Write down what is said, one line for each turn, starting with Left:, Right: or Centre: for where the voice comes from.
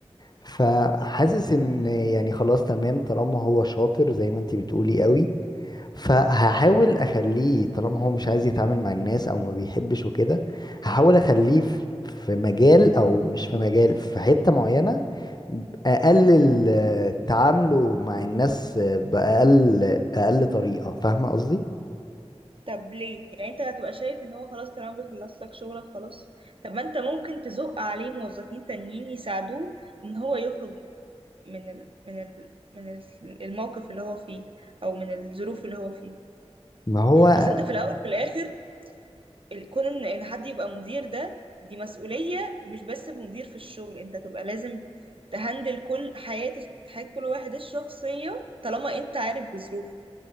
Left: فحاسس ان يعني خلاص تمام طالما هو شاطر زي ما انت بتقولي قوي فهحاول اخليه طالما هو مش عايز يتعامل مع الناس او ما بيحبش وكده هحاول اخليه في في مجال او مش في مجال في حتة معينة اقلل آه، تعامله مع الناس آه، باقل اقل طريقة فاهمة قصدي
Right: طب ليه يعني انت هتبقى شايف ان هو خلاص طالما بيخلص لك شغلك خلاص طب ما انت ممكن تزق عليه موظفين تانيين يساعدوه ان هو يخرج من من ال من ال من ال- الموقف اللي هو فيه او من الظروف اللي هو فيها
Left: ما هو
Right: اصل انت في الاول في الاخر ال- كون ان ان حد يبقى مدير ده دي مسؤولية مش بس مدير في الشغل انت تبقى لازم تهندل كل حياة حياة كل واحد الشخصية طالما انت عارف بظروفه